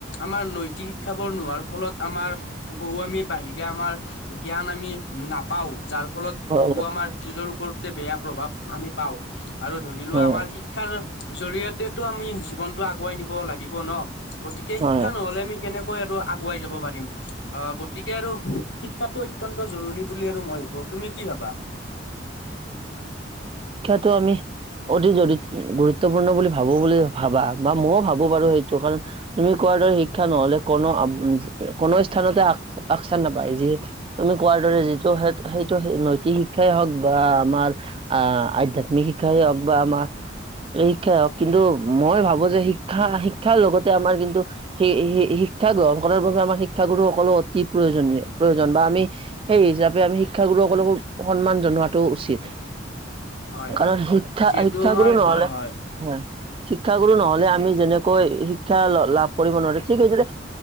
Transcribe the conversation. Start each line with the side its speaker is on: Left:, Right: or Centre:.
Left: আমাৰ নৈতিক শিক্ষ বোৰ নোৱাৰ ফলত আমাৰ বহু আমি বাহিৰে আমাৰ জ্ঞান আমি নাপাওঁ যাৰ ফলত
Right: হয়
Left: বহু আমাৰ যুজৰ ওপৰতে বেয়া প্ৰভাৱ আমি পাওঁ আৰু ধৰি লোৱা
Right: হয়
Left: আমাৰ শিক্ষাৰ জৰিয়তেতো আমি জীৱনটো আগুৱাই নিব লাগিব ন, গতিকে
Right: হয়
Left: শিক্ষা
Right: হয়
Left: নহলে আমি কেনেক আৰু আগুৱাই যাব পাৰিম। আহ, গতিকে আৰু শিক্ষাটো অত্ন্ত জৰুৰী বুলি আৰু মই ভাবো। তুমি কি ভাবা?
Right: তো, আমি অতি জৰি গুৰুত্বপূৰ্ণ বুলি ভাবো বুলি ভাবা বা ময়ও ভাবো বাৰু সেইটো কাৰণ তুমি কোৱা শিক্ষা নহলে কোনো, কোনো স্থানতে আস্থান নাপায়। যি তুমি কোৱাৰ যিটো, সেইটো নৈতিক শিক্ষ শিক্ষাই হওক বা আমাৰ আহ, আধ্যয়াত্মিক শিক্ষাই হওক বা আমাৰ শিক্ষা হওক, কিন্তু মই ভাবো যে, শিক্ষা, শিক্ষাৰ লগতে আমাৰ কিন্তু সেই শিক্ষা গ্ৰহণ কৰাৰ বাবে আমাৰ শিক্ষাগুৰুসকলো অতি প্ৰয়োজনীয়, প্ৰয়োজন বা আমি সেই হিচাপে আমি শিক্ষাগুৰুসকলকো সন্মান জনোৱাাতটো উচিত।
Left: হয়
Right: কাৰণ
Left: হয়।
Right: শিক্ষা,
Left: যিহেতু
Right: শিক্ষা
Left: আমাৰ
Right: গৰু নহলে,
Left: হয় হয়
Right: হে শিক্ষাগুৰু নহলে আমি যেনেকৈ শিক্ষা লাভ কৰিব নোৱাৰো, ঠিক সেইদৰে